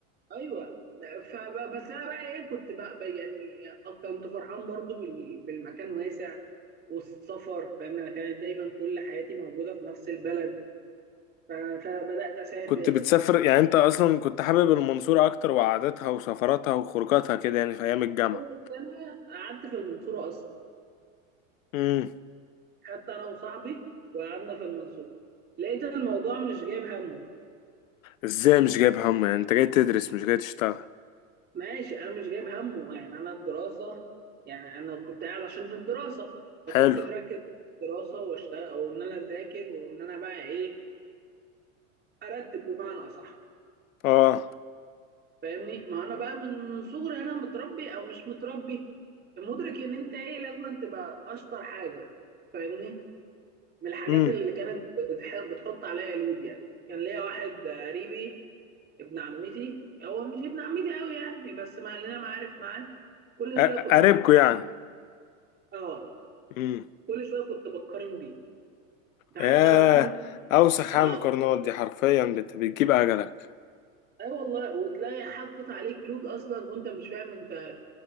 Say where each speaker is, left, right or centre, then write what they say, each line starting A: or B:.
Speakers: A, on the right; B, on the left.
A: ايوه فبس انا بقى ايه كنت بقى بقى يعني كنت فرحان برضو بال- بالمكان واسع والسفر لان انا كانت دايما كل حياتي موجوده في نفس البلد ف- فبدات اسافر
B: كنت بتسافر يعني انت اصلا كنت حابب المنصوره اكتر وقعدتها وسفراتها وخروجاتها كده يعني في ايام الجامعه
A: اول سنه قعدت في المنصوره اصلا
B: امم
A: خدت انا وصاحبي وقعدنا في المنصورة لقيت الموضوع مش جايب همه
B: ازاي مش جايب هم يعني انت جاي تدرس مش جاي تشتغل
A: ماشي انا مش جايب همه يعني انا الدراسة يعني انا كنت قاعد عشان الدراسة فكنت
B: حلو
A: مركز في الدراسة واشتغل وان انا اذاكر وان انا بقى ايه ارتب بمعنى اصح
B: اه
A: فاهمني ما انا بقى من من صغري انا متربي او مش متربي مدرك ان انت ايه لازم أن تبقى اشطر حاجة فاهمني من الحاجات
B: امم
A: اللي كانت بتح- بتحط عليا لود يعني كان ليا واحد قريبي ابن عمتي هو مش ابن عمتي قوي يعني بس مع لنا معارف معاه كل
B: أ-
A: شويه كنت
B: قريبكوا
A: بقارن
B: يعني
A: بيه. اه
B: امم
A: كل شويه كنت بقارن بيه انت عارف
B: ياه
A: ده لو كان
B: اوسخ
A: <laughs> اه
B: على المقارنات دي حرفيا بت... بتجيب اجلك
A: اي والله وتلاقي حطت عليك لود اصلا وانت مش فاهم انت